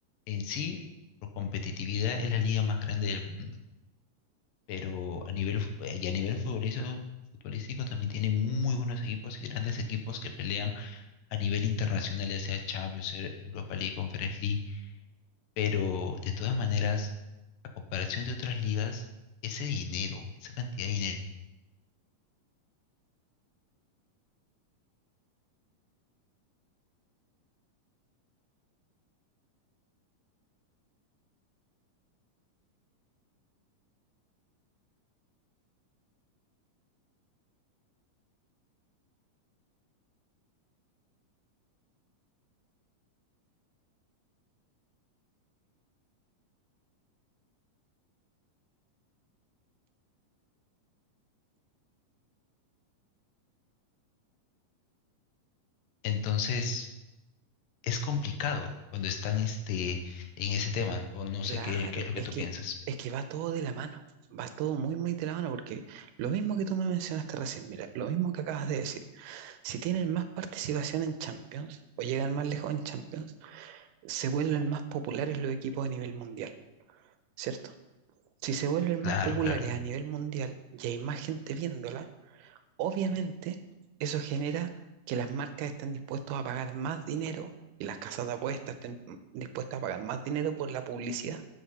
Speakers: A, on the left; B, on the right.
A: en sí, por competitividad es la liga más grande del mundo, pero a nivel, fu- eh, y a nivel futbolístico, futbolístico también tiene muy buenos equipos y grandes equipos que pelean a nivel internacional, ya sea Champions, Europa League, Conference League, pero de todas maneras, a comparación de otras ligas, ese dinero, esa cantidad de dinero, entonces es complicado cuando están este, en ese tema, o no
B: claro,
A: sé qué, qué es lo que
B: es
A: tú
B: que,
A: piensas.
B: es que va todo de la mano. Va todo muy, muy de la mano porque lo mismo que tú me mencionaste recién, mira, lo mismo que acabas de decir. Si tienen más participación en Champions o llegan más lejos en Champions, se vuelven más populares los equipos a nivel mundial, ¿cierto? Si se vuelven
A: Claro,
B: más populares
A: claro.
B: a nivel mundial y hay más gente viéndola, Obviamente, eso genera que las marcas estén dispuestas a pagar más dinero y las casas de apuestas estén dispuestas a pagar más dinero por la publicidad.